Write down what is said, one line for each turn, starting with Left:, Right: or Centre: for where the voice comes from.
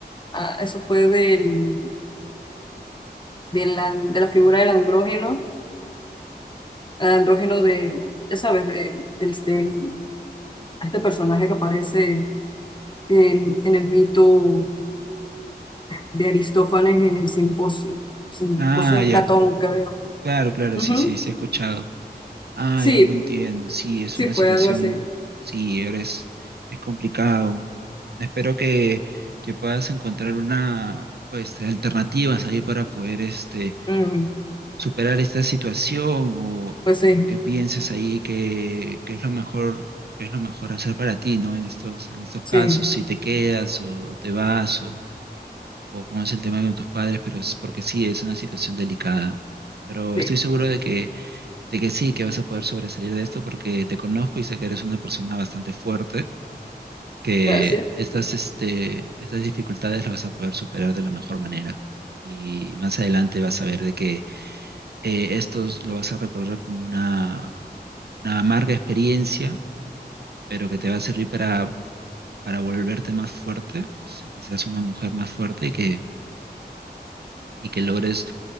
Left: Ah, eso fue del, de la, de la figura del andrógeno, el andrógeno de, ya sabes, de, del- de este personaje que aparece en, en el mito de Aristófanes en el simposio, simposio
Right: Ah,
Left: de
Right: ya,
Left: Platón, creo.
Right: claro, claro,
Left: Ujú.
Right: sí, sí, sí he escuchado. Ah,
Left: Sí,
Right: ya me entiendo. Sí, es
Left: sí,
Right: una
Left: fue
Right: situación,
Left: algo así.
Right: sí, ahora es, es complicado. Espero que, que puedas encontrar una, este, alternativas ahí para poder este,
Left: Mm,
Right: superar esta situación o
Left: pues sí,
Right: que pienses ahí que, que es lo mejor, que es lo mejor hacer para ti, ¿no? En estos, en estos
Left: sí,
Right: casos, si te quedas o, te vas o, o cómo es el tema con tus padres, pero es porque sí, es una situación delicada. Pero
Left: sí.
Right: estoy seguro de que, de que sí, que vas a poder sobresalir de esto porque te conozco y sé que eres una persona bastante fuerte que
Left: Gracias.
Right: estas, este, estas dificultades las vas a poder superar de la mejor manera. Y más adelante vas a ver de que eh, esto lo vas a recordar como una, una amarga experiencia, pero que te va a servir para, para volverte más fuerte, se- que seas una mujer más fuerte y que, y que logres